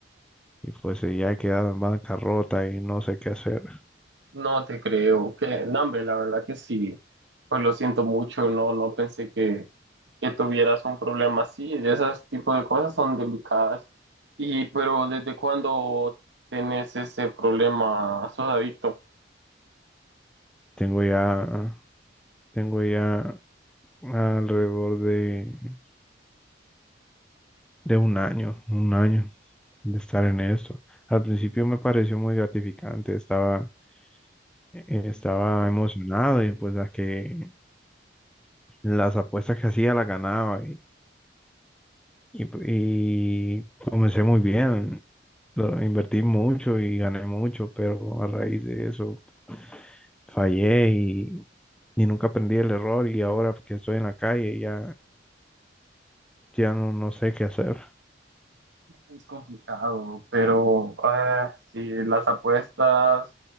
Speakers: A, in the centre; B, on the right.
A: y pues eh, ya he quedado en bancarrota y no sé qué hacer.
B: No te creo. Que, no, hombre, la verdad que sí. Pues lo siento mucho. No, no pensé que, que tuvieras un problema así. De esas tipo de cosas son delicadas. Y, pero ¿desde cuándo tienes ese problema? ¿Sos adicto?
A: Tengo ya, tengo ya alrededor de, de un año, un año de estar en esto. Al principio me pareció muy gratificante, estaba, eh, estaba emocionado y pues las que, las apuestas que hacía las ganaba Y, y comencé muy bien, lo, invertí mucho y gané mucho, pero a raíz de eso fallé y, y nunca aprendí el error y ahora que estoy en la calle ya, ya no, no sé qué hacer.
B: Es complicado, pero eh, sí, las apuestas,